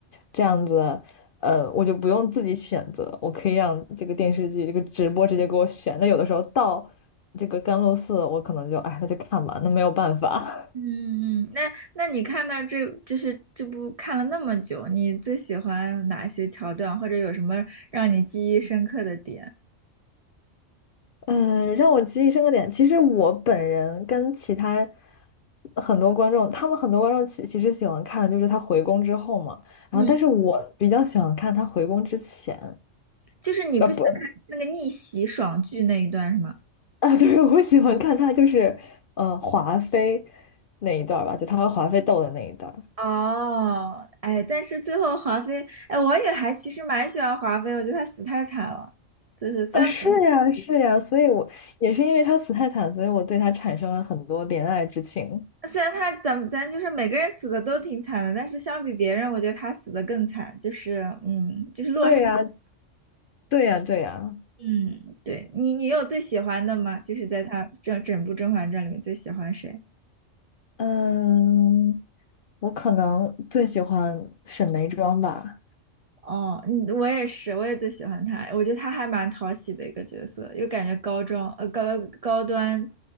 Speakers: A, on the left; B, on the right.
A: 这样子，呃，我就不用自己选择，我可以让这个电视剧这个直播直接给我选。那有的时候到这个甘露寺，我可能就，哎，那就看吧，那没有办法。
B: 嗯嗯，那那你看到这就是这部看了那么久，你最喜欢哪些桥段，或者有什么让你记忆深刻的点？
A: 嗯，让我记忆深刻点。其实我本人跟其他很多观众，他们很多观众其其实喜欢看，就是他回宫之后嘛。
B: 嗯，
A: 然后，但是我比较喜欢看他回宫之前，
B: 就是你不想看那个逆袭爽剧那一段是吗？
A: 呃，不，<laughs> 啊，对，我喜欢看他就是，嗯、华妃那一段儿吧，就他和华妃斗的那一段儿。
B: 哦，哎，但是最后华妃，哎，我也还其实蛮喜欢华妃，我觉得她死太惨了。就是虽然每
A: 啊，是呀，是呀，所以我也是因为他死太惨，所以我对他产生了很多怜爱之情。
B: 虽然她咱咱就是每个人死的都挺惨的，但是相比别人，我觉得她死的更惨，就是嗯，就是落差。
A: 对呀，对呀，对呀。
B: 嗯，对你，你有最喜欢的吗？就是在他整整部《甄嬛传》里面最喜欢谁？
A: 嗯，我可能最喜欢沈眉庄吧。
B: 哦，嗯，我也是，我也最喜欢他。我觉得他还蛮讨喜的一个角色，又感觉高装呃高高端